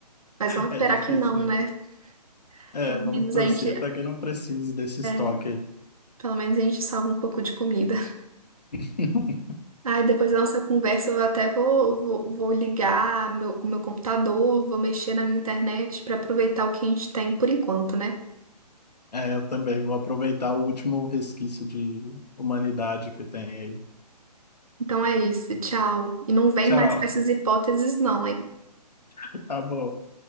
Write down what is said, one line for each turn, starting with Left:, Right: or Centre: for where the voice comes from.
Right: Mas vamos
Left: é
Right: esperar
Left: difícil
Right: que não,
Left: mesmo.
Right: né?
Left: É,
Right: Pelo
Left: vamos
Right: menos
Left: torcer
Right: a gente,
Left: para que não precise desse estoque
Right: é,
Left: aí.
Right: pelo menos a gente salva um pouco de comida.
Left: <laughs>
Right: Ai, depois da nossa conversa eu até vou, vou, vou ligar meu, o meu computador, vou mexer na minha internet para aproveitar o que a gente tem por enquanto, né?
Left: É, eu também vou aproveitar o último resquício de humanidade que tem aí.
Right: Então é isso, tchau. E não vem
Left: Tchau,
Right: mais com essas hipóteses, não, hein?
Left: <laughs> tá bom.